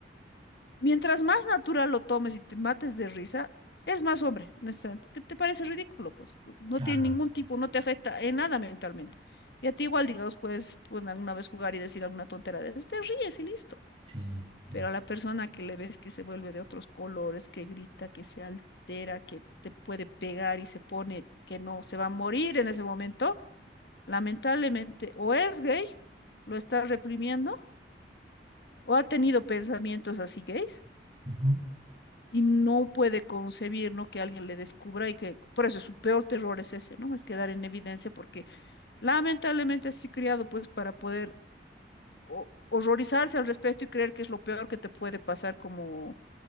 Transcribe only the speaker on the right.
Claro,
sí, sí.
Ujú.